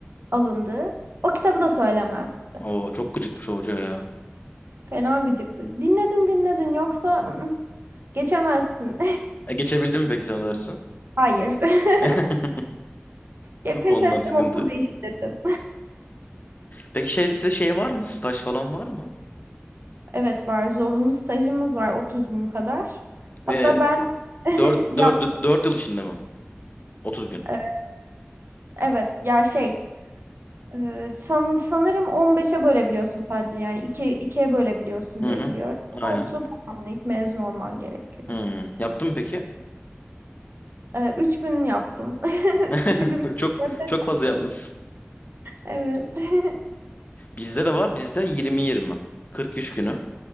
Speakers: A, on the right; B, on the left.
A: alındığı o kitabı da söylemezdi.
B: Oo çok gıcıkmış o hoca ya.
A: Fena gıcıktı. Dinledin dinledin yoksa ı-ı, Geçemezsin.
B: E, geçebildin mi peki sen o dersin?
A: <laughs> Hayır. <laughs>
B: <laughs>
A: Ya Pes
B: Onlar
A: ettim,
B: sıkıntı.
A: okul değiştirdim.
B: Peki şey size şey var mı? Staj falan var mı?
A: Evet var. Zorunlu stajımız var 30 gün kadar.
B: Ve
A: Hatta ben <laughs>
B: dört
A: yap
B: dört dört yıl içinde mi? 30 gün.
A: e, evet ya şey e, san, sanırım 15'e bölebiliyorsun sadece yani 2 ikiye bölebiliyorsun
B: Hı
A: diye
B: hı.
A: biliyorum.
B: Aynen.
A: Ama 30'a tamamlayıp mezun olman gerekiyor.
B: Hmm. Yaptın mı peki?
A: E, Üç gün yaptım. <laughs>
B: <laughs>
A: Üçüncü gün
B: Çok
A: de pes
B: çok
A: ettim.
B: fazla yapmışsın.
A: Evet. <laughs>
B: Bizde de var. Bizde 20-20. 40 iş günü.